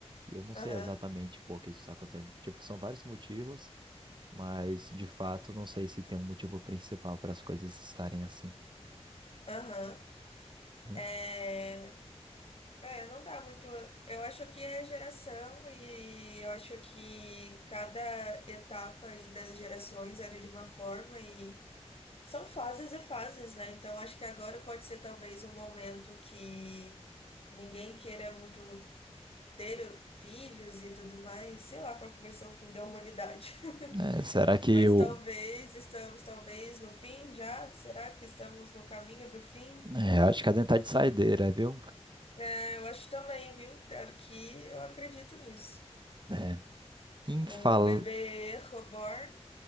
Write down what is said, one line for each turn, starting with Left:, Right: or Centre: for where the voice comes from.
Right: E eu não sei
Left: Aham.
Right: exatamente por que isso está acontecendo. Tipo, são vários motivos, mas de fato não sei se tem um motivo principal para as coisas estarem assim.
Left: Aham.
Right: Hum.
Left: É... É, não dá muito. Eu acho que é geração e eu acho que cada etapa aí das gerações era de uma forma e são fases e fases, né? Então acho que agora pode ser talvez um momento que ninguém queira muito ter filhos e tudo mais, sei lá qual que vai ser o fim da humanidade.
Right: É,
Left: <laughs>
Right: será que
Left: Mas
Right: eu.
Left: talvez estamos, talvez no fim já. Será que estamos no caminho do fim?
Right: É, acho que a dentada de saideira, viu?
Left: É, eu acho também, viu? Claro que eu acredito nisso.
Right: É, infal...
Left: Com um bebê reborn,